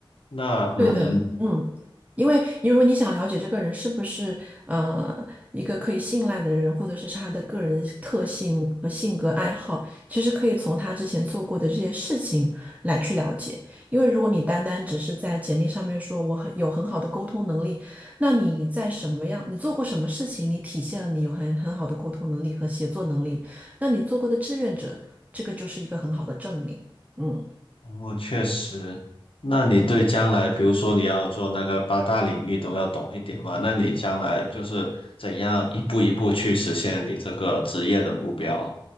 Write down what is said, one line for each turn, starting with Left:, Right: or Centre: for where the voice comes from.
Left: 那嗯，
Right: 对的，嗯，因为如果你想了解这个人是不是呃一个可以信赖的人，或者是他的个人特性和性格爱好，其实可以从他之前做过的这些事情来去了解。因为如果你单单只是在简历上面说我很有很好的沟通能力，那你在什么样，你做过什么事情，你体现了你有很很好的沟通能力和协作能力，那你做过的志愿者，这个就是一个很好的证明。嗯。
Left: 哦，确实。那你对将来，比如说你要做那个八大领域都要懂一点嘛？那你将来就是怎样一步一步去实现你这个职业的目标？